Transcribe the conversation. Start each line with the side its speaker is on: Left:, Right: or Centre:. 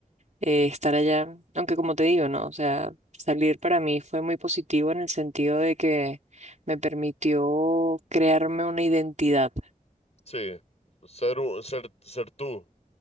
Right: eh, estar allá, aunque como te digo, ¿no? O sea, salir para mí fue muy positivo en el sentido de que me permitió crearme una identidad.
Left: sí. Ser, u- ser, ser tú.